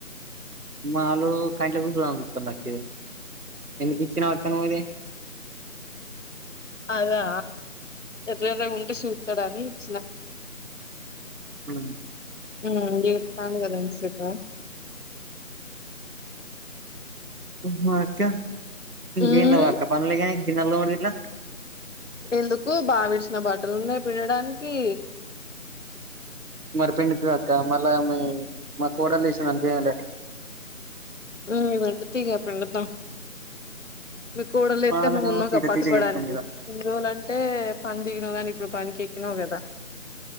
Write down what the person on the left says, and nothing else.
అదా ఎట్లాన్నాగుంటే చూత్తాడు అని ఇచ్చినా
ఉమ్ ఏడుత్తాండు కదా <unintelligible>
ఉమ్
ఎందుకు బావిడిసిన బట్టలున్నాయి పిండడానికి
అ <unintelligible> పిండుతాం మీ కోడలులేత్తే
నువ్వు ఉన్నావుగా
పట్టుకోవడానికి
హిందువులు అంటే పని దిగినావు గానీ ఇప్పుడు పనికి ఎక్కినావు కదా